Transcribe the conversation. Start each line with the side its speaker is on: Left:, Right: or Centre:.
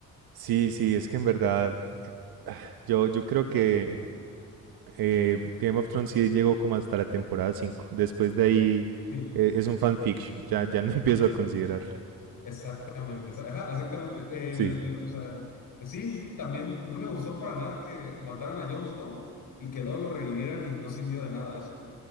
Right: sí, sí, es que en verdad ah, yo, yo creo que eh, Game of Thrones sí llegó como hasta la temporada 5. Después de ahí
Left: Sí.
Right: eh, es un fanfiction, ya, ya no <laughs> empiezo a considerarlo.
Left: Exactamente, exa- ajá, exactamente.
Right: Sí,
Left: El, el- o sea, eh, sí, sí, sí, también no me gustó para nada que mataran a Jon Snow y que luego lo revivieran y no sirvió de nada eso.